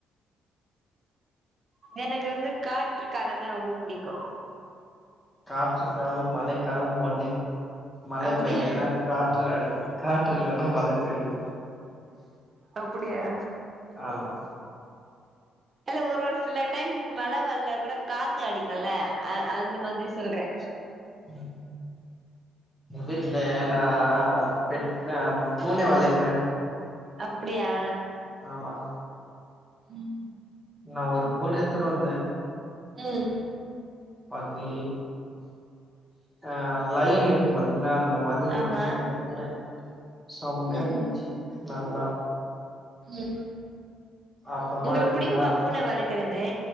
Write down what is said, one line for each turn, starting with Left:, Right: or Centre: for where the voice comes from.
Right: எனக்கு வந்து காற்று காலந்தா ரொம்ப பிடிக்கு
Centre: காற்று காலம் மழை காலம் ஒண்ணு மழை
Right: அப்டியா
Centre: பெய்லனா காற்று அடிக்கோ காற்று இல்லன்னா மழ பெய்யு
Right: அப்புடியா
Centre: ஆமா
Right: அது ஒரு ஒரு சில டைமுக்கு மழ வரல கூட காத்து அடிக் குல்ல அ அந்த மாதிரி சொல்றே
Centre: ஏ வீட்ல நா பெட் நா பூனய வளக்குறே
Right: அப்படியா
Centre: ஆமா
Right: உம்
Centre: நா ஒரு பூனைய எத்துட்டு வந்தே
Right: உம்
Centre: அதி ஆ லயன் இருக்கு பாத்தீங்களா அந்த மாதி இருந்துச்சு
Right: ஆமா
Centre: அந்த பூன சம்மையா
Right: ம்
Centre: இருந்துச்சு நல்லா
Right: உம்
Centre: அப்புறமா
Right: உங்களுக்கு
Centre: ரெண்டு
Right: பிடிக்குமா
Centre: நாள்
Right: பூனை வளக்கறது